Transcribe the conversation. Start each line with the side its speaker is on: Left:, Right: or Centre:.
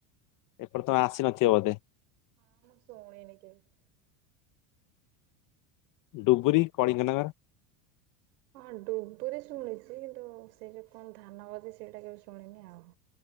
Left: ଏପଟେ ତମେ ଆସି ନଥିବ ବଧେ?
Right: ହଁ ମୁଁ ଶୁଣିନି କେବେ।
Left: ଡୁବୁରି କଳିଙ୍ଗନଗର।
Right: ହଁ ଡୁବୁରି ଶୁଣିଚି କିନ୍ତୁ ସେଇ ଯୋଉ କଣ ଧାନଗାଦି ସେଇଟା କେବେ ଶୁଣିନି ଆଉ।